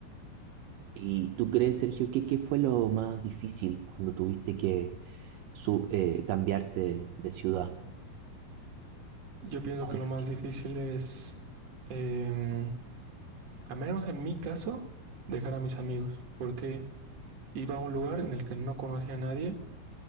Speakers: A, on the right; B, on the right.
A: ¿Y tú crees, Sergio, que qué fue lo más difícil cuando tuviste que su- eh, cambiarte de ciudad?
B: Yo pienso
A: ¿Cuál
B: que
A: desafío?
B: lo más difícil es, eh, a menos en mi caso, dejar a mis amigos, porque iba a un lugar en el que no conocía a nadie